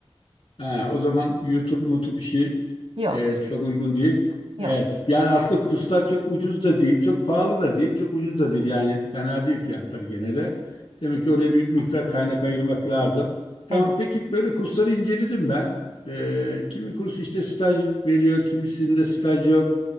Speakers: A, on the left; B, on the right.
A: Ha, o zaman YouTube, YouTube işi
B: Yok,
A: E, çok uygun değil.
B: yok.
A: Evet. Yani aslında kurslar çok ucuz da değil, çok pahalı da değil, çok ucuz da değil. Yani fena değil fiyatları gene de. Demek ki oraya bir miktar kaynak ayırmak lazım. Tamam
B: Evet.
A: peki böyle kursları inceledim ben. E, kimi kurs işte staj veriyor, kimisinde staj yok.